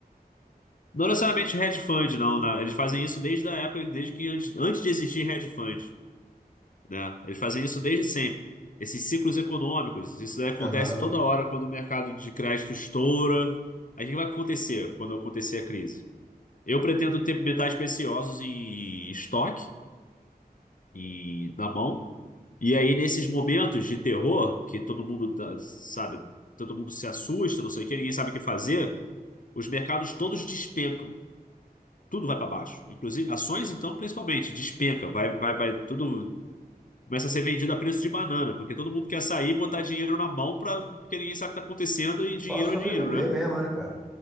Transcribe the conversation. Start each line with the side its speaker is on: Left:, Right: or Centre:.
Left: Não necessariamente hedge fund, não, né? Eles fazem isso desde a época, desde que antes, antes de existir hedge fund. né? Eles fazem isso desde sempre. Esses ciclos econômicos, isso daí acontece
Centre: Aham.
Left: toda hora quando o mercado de crédito estoura. Aí o que vai acontecer quando acontecer a crise? Eu pretendo ter metais preciosos em estoque, e na mão. E aí, nesses momentos de terror, que todo mundo, dá- sabe, todo mundo se assusta, não sei o quê, ninguém sabe o que fazer, os mercados todos despencam. Tudo vai para baixo. Inclusive, ações, então, principalmente, despenca. Vai, vai, vai, tudo. Começa a ser vendido a preço de banana, porque todo mundo quer sair e botar dinheiro na mão pra, porque ninguém sabe o que tá acontecendo e dinheiro
Centre: Pra sobreviver
Left: é dinheiro, né?
Centre: mesmo, né, cara?